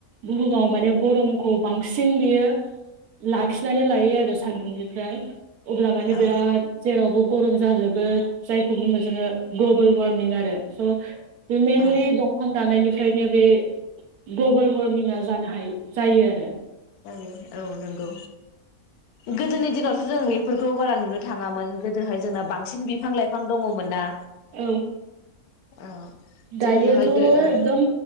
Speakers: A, on the right (about 85°); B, on the left (about 80°).
A: बुहुमाव माने गरमखौ बांसिन बियो लाखिनानै लायो आरो सान्दुंनिफ्राय अब्ला
B: औ
A: माने बिराद जेरावबो गरम जाजोबो जाय खौ बुङो जों ग्लबोल वार्मिं आरो स मेनलि
B: औ
A: दंफां दान्नायनि फ्राय ओंखायनो बे ग्लबेल वारमिंआ जानो ह जायो आरो।
B: औ औ नंगौ गोदोनि दिनावथ' जों बेफोरखौ बारा नुनो थाङामोन गोदोहाय जोंना बांसिन बिफां लाइफां दङमोन ना?
A: औ
B: औ जोंनियावहाय
A: दायोथ'
B: गो औ
A: एकदम